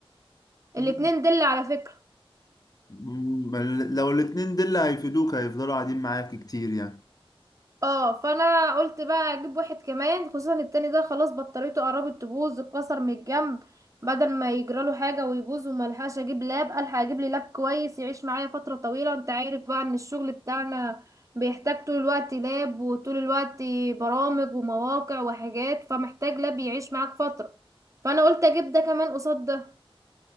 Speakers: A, on the left; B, on the right.
A: م-
B: الاتنين دل على فكرة
A: م- لو الاتنين دول هيفيدوك هيفضلوا قاعدين معاك كتير يعني
B: اه فانا قلت بقى اجيب واحد كمان خصوصا التاني ده خلاص بطاريته قربت تبوظ اتكسر من الجنب بدل ما يجراله حاجه ويبوظ وملحقش اجيب لاب الحق اجيب لي لاب كويس يعيش معايا فتره طويله انت عارف بقى ان الشغل بتاعنا بيحتاج طول الوقت لاب وطول الوقت برامج ومواقع وحاجات فمحتاج لاب يعيش معاك فتره فانا قلت اجيب ده كمان قصاد ده